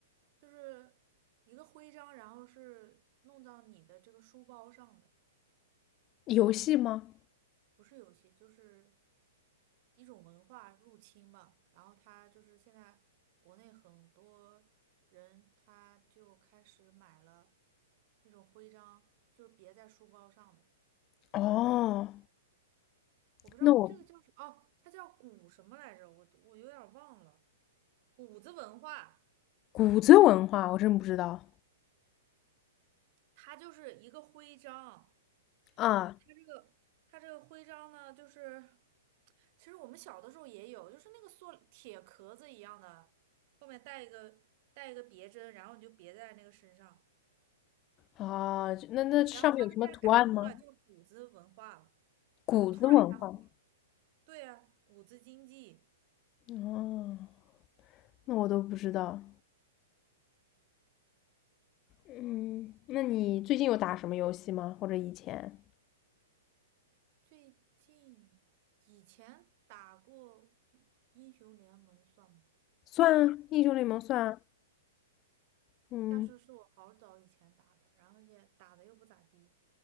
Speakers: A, on the right; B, on the left.
A: 就是一个徽章，然后是弄到你的这个书包上的。
B: 游戏吗？
A: 不是游戏，就是一种文化入侵吧。然后他就是现在国内很多人他就开始买了那种徽章，就是别在书包上的。
B: 哦，
A: 我不知道这个叫什么，
B: 那我
A: 哦，它叫古什么来着？我我有点儿忘了，谷子文化，
B: 谷子文化我真不知道
A: 它就是一个徽章。
B: 啊
A: 它这个它这个徽章呢，就是其实我们小的时候也有，就是那个塑铁壳子一样的，后面带一个带一个别针，然后你就别在那个身上。
B: 啊，那那上面有什么图案吗？
A: 然后他们现在改名了，叫谷子文化了，
B: 谷子文化
A: 就突然一下火了。对呀，啊谷子经济
B: 哦，那我都不知道。嗯，那你最近有打什么游戏吗？或者以前？
A: 最近以前打过英英雄联盟算吗？
B: 算啊，英雄联盟算啊。
A: <laughs>
B: 嗯，
A: 但是是我好早以前打的，然后现在打的又不咋地。